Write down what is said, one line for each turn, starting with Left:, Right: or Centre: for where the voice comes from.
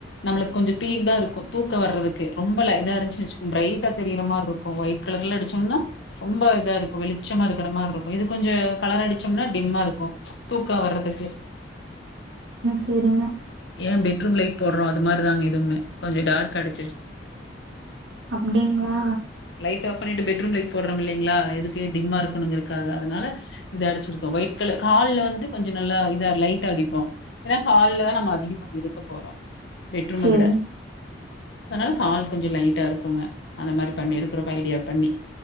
Left: நம்மளுக்கு கொஞ்சோ தீந்தா தா இருக்கு தூக்கோ வர்றதுக்கு ரொம்பல்ல இதா இருந்துச்சு வச்சோ பிரைட்டா தெரியிற மாரி இருக் ஒயிட் கலர்ல அடிச்சோம்னா ரொம்ப இதா இருக்கு வெளிச்சமா இருக் க்கற மாரி இருக்கு இது கொஞ்சோ கலர் அடிச்சோம்னா டிம்மா இருக்கு தூக்க வர்துக்கு
Right: செரிங்க
Left: ஏ பெட்ரூம் லைட் போடுறோ அது மாரி தாங்க இதுவுமே கொஞ்சோ டார்க் அடி
Right: அப்டிங்களா
Left: லைட் ஆஃப் பண்ணிட்டு பெட்ரூம் லைட் போடுறோம் இல்லைங்களா எதுக்கு டிம்மா இருக்குணுங்கறக்காக அதனால இது அடிச்சிருக்க ஒயிட் கல்லு ஹால்ல வந்து கொஞ்சோ நல்லா இதா லைட்டா அடிப்போ ஏன்னா ஹால்ல தா நம்ம அதிகமா இருக்கப்போறோ பெட்ரூம
Right: சேரிங்க
Left: விட அதனால சால் கொஞ்சோ லைட்டா இருக்குங்க அந்த மாரி பண்ணிருக்கிறோம் ஐடியா பண்ணி